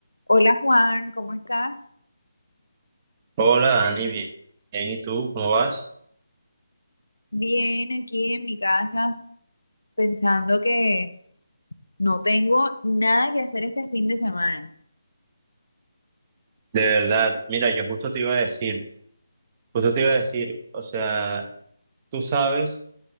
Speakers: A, on the left; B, on the right.
A: Hola Juan, ¿cómo estás?
B: Hola Dani, bien, bien, ¿y tú cómo vas?
A: Bien, aquí en mi casa, pensando que no tengo nada que hacer este fin de semana.
B: De verdad, mira, yo justo te iba a decir, justo te iba a decir, o sea, tú sabes